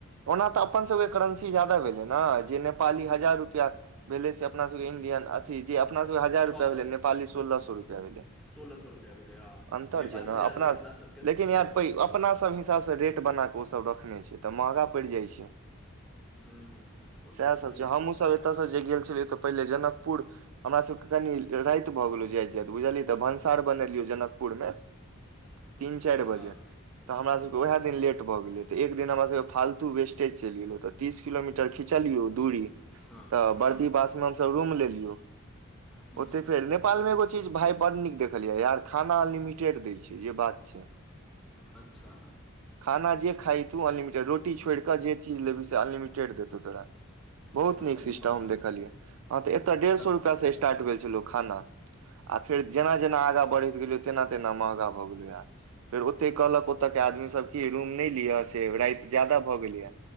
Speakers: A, on the right; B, in the centre.
A: ओना तऽ अपन सभके करेंसी जायदा भेलै ने जे नेपाली
B: हूँ
A: हजार
B: हूँ
A: रुपैआ भेले से अपना सब के इंडियन अथी जे अपना सब के हजार
B: छओ
A: रुपआ
B: सए
A: भेलै नेपाली सोलह सए रुपैआ भेलै।
B: सोलह सए रुपैआ भेलै हँ
A: अन्तर
B: नेपाली
A: छैय ने
B: हजार
A: अपना
B: रुपैआ
A: स
B: सबके
A: लेकिन
B: छओ
A: य
B: सए
A: प
B: रुपैआ
A: अपना सब ह हिसाब स रेट बनाक ओ सब रखने छैय तऽ महंगा पड़ि जाइ छैय।
B: हूँ ओ
A: सैह
B: तऽ छैहे
A: सब छैय हमहु
B: भैया
A: सब ए एतऽसँ जे गेल छलियै तऽ पहिले जनकपुर हमरा सब के कनि ल राति भऽ गेलौ जाइत जाइत बुझलियै तऽ भनसा और बनेलियै जनकपुर में। तीन चारि बजे
B: हाँ
A: तऽ हमरा सब के उएह दिन लेट भऽ गेलै तऽ एक दिन हमरा सब के फालतू तु बेस्टेज चली गेल तीस किलोमीटर खींचलीऔ दुरी
B: हाँ
A: तऽ
B: हाँ
A: बड़की वास्तव त रुम लेलीयो
B: हम्म,
A: औते नेपाल मे एगो चीज भाय बड नीक देखलियै यार खाना अनलिमिटेड दै छैय जे बात छैय।
B: अच्छा
A: खाना जे खाही तू अनलिमिटेड रो टी छोर क जे चीज लेबी से अनलिमिटेड देतौ तोरा। बहुत
B: अच्छा
A: नीक
B: सब्जी
A: सिस्टम
B: वगैरह
A: हम देखलियै ह तऽ एतय डेढ़
B: सब्जी
A: सौ रुपआ स स्टार्ट भेल छलौ खाना आ फेर जेना जेना आगा बढ़ैत गेलियो तेना तेना महगा भऽ गेल यार। फेर ओते कहलक ओते के आदमी सब की रूम नहि लिय से रात ज्यादा भऽ गेलै ह